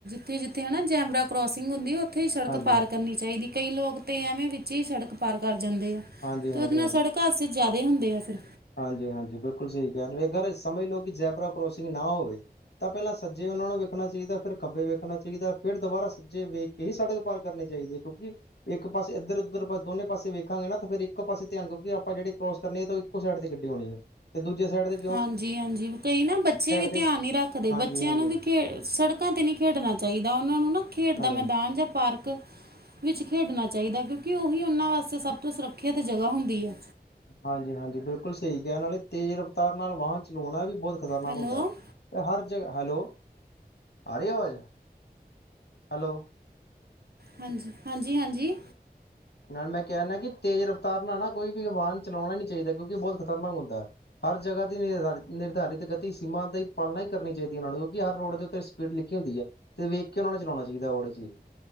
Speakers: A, on the right; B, on the left.
A: ਕਿ ਜਿੱਥੇ ਹੈ ਨਾ ਜੈਮਰਾ ਕਰੋਸਿੰਗ ਹੁੰਦੀ ਔਥੇ ਸੜਕ
B: ਹਾਂਜੀ
A: ਪਾਰ ਕਰਨੀ ਚਾਈਦੀ। ਕਈ ਲੋਕ ਤਾਂ ਐਵੇਂ ਵਿੱਚ ਈ ਸੜਕ ਪਾਰ ਕਰ ਜਾਂਦੇ ਆ।
B: ਹਾਂਜੀ
A: ਤੇ
B: ਹਾਂਜੀ
A: ਉਹਦੇ ਨਾਲ ਸੜਕ ਹਾਦਸੇ ਜਿਆਦੇ ਹੁੰਦੇ ਆ ਫੇਰ
B: ਹਾਂਜੀ, ਹਾਂਜੀ ਬਿਲਕੁਲ ਸਹੀ ਕਹਿਆ। ਅਗਰ ਸਮਝ ਲਓ ਕਿ ਜੈਬਰਾ ਕਰੋਸਿੰਗ ਨਾ ਹੋਵੇ ਤਾਂ ਪਹਿਲਾਂ ਸੱਜੇ ਉਹਨਾਂ ਨੂੰ ਵੇਖਨਾ ਚਾਈਦਾ। ਫੇਰ ਖੱਬੇ ਵੇਖਨਾ ਚਾਈਦਾ। ਫੇਰ ਦੁਬਾਰਾ ਸੱਜੇ ਵੇਖ ਫੇਹ ਸੜਕ ਪਾਰ ਕਰਨੀ ਚਾਈਦੀ ਐ। ਕਿਉਂਕਿ ਇੱਕ ਪਾਸੇ ਇੱਧਰ-ਉੱਧਰ, ਦੋਵੇਂ ਪਾਸਿਆਂ ਤੋਂ ਵੇਖਾਗੇ ਨਾ, ਫਿਰ ਇੱਕ ਪਾਸੇ ਧਿਆਨ ਰੱਖਣਾ, ਕਿਉਂਕਿ ਅਸੀਂ ਕਰੋਸ ਕਰਨਾ ਤੇ ਓ ਇੱਕ ਸਾਈਡ ਦੀ ਗੱਡੀ ਹੋਣੀ ਐ, ਤੇ ਦੂਜੇ ਸਾਈਡ ਦੇ
A: ਹਾਂਜੀ, ਹਾਂਜੀ ਕਈ ਨਾ ਬੱਚੇ ਵੀ
B: ਤੇ
A: ਧਿਆਨ ਨਈ ਰੱਖਦੇ।
B: ਹਾਂਜੀ-ਹਾਂਜੀ
A: ਬੱਚਿਆਂ ਨੂੰ ਵੀ ਖੇ ਸੜਕ ਸੜਕਾ ਤੇ ਨਈ ਖੇਡਣਾ ਚਾਈਦਾ ਉਹਨਾਂ ਨੂੰ ਨਾ ਖੇਡ ਦਾ
B: ਹਾਂਜੀ
A: ਮੈਦਾਨ ਜਾਂ ਪਾਰਕ ਵਿੱਚ ਖੇਡਨਾ ਚਾਈਦਾ। ਕਿਉਂਕਿ ਉਹੀ ਉਹਨਾਂ ਵਾਸਤੇ ਸਭ ਤੋਂ ਸੁਰੱਖਿਅਤ ਜਗ੍ਹਾ ਹੁੰਦੀ ਐ।
B: ਹਾਂਜੀ, ਹਾਂਜੀ ਬਿਲਕੁਲ ਸਹੀ ਕਿਹਾ। ਨਾਲੇ ਤੇਜ਼ ਰਫਤਾਰ ਨਾਲ ਵਾਹਨ ਚਲਾਉਣਾ ਵੀ ਬੋਤ ਖ਼ਤਰਨਾਕ
A: ਹੈਲੋ
B: ਹੁੰਦਾ। ਤੇ ਹਰ ਜਗਾ, ਹੈਲੋ ਆ ਰਹੀ ਆਵਾਜ਼? ਹੈਲੋ।
A: ਹਾਂਜੀ, ਹਾਂਜੀ ਹਾਂਜੀ।
B: ਨਾਲ ਮੈਂ ਕਿਹਾ ਨ ਕਿ ਤੇਜ਼ ਰਫਤਾਰ ਨਾਲ ਨਾ ਕੋਈ ਵੀ ਵਾਹਨ ਚਲਾਉਣਾ ਨੀ ਚਾਈਦਾ ਕਿਉਂਕਿ ਬੋਤ ਖ਼ਤਰਨਾਕ ਹੁੰਦਾ ਐ। ਹਰ ਜਗ੍ਹਾ ਦੀ ਨਿਰਧਾ-ਨਿਰਧਾਰਿਤ ਗਤੀ ਸੀਮਾ ਦੀ ਪਾਲਨਾ ਈ ਕਰਨੀ ਚਾਈਦੀ। ਉਹਨਾਂ ਨੂੰ ਕਿਉਂਕਿ ਹਰ ਰੋਡ ਦੇ ਉੱਤੇ ਸਪੀਡ ਲਿੱਖੀ ਹੁੰਦੀ ਐ ਤੇ ਵੇਖ ਕੇ ਉਹਨਾ ਨੇ ਚਲਾਨਾ ਚਾਈਦਾ ਉਹ ਚੀਜ਼।